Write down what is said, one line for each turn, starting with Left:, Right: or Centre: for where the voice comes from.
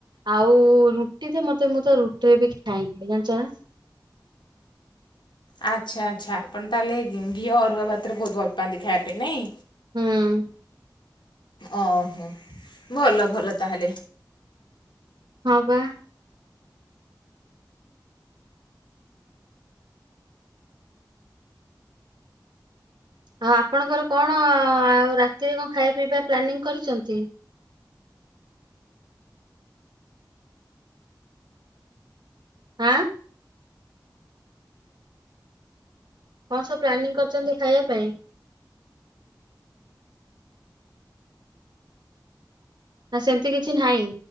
Right: ଆଉ ରୁଟି ତ ମତେ ମୁଁ ତ ରୁଟିରେ ବି ଖାଏନି ଜାଣିଚ ନା?
Left: ଆଚ୍ଛା ଆଚ୍ଛା ଆପଣ ତାହେଲେ ଘିଅ ଅରୁଆ ଭାତରେ ବହୁତ ଭଲ ପାଆନ୍ତି ଖାଇବା ପାଇଁ ନାଇଁ?
Right: ହୁଁ।
Left: ଓହୋ ଭଲ ଭଲ ତାହେଲେ।
Right: ହଁ ପା। ଆଉ ଆପଣଙ୍କର କଣ ଆଉ ରାତିରେ କଣ ଖାଇବା ପିଇବା ପ୍ଲାନିଂ କରିଚନ୍ତି? ଆଁ? କଣ ସବୁ ପ୍ଲାନିଂ କରିଚନ୍ତି ଖାଇବା ପାଇଁ? ନା ସେମିତି କିଛି ନାହିଁ।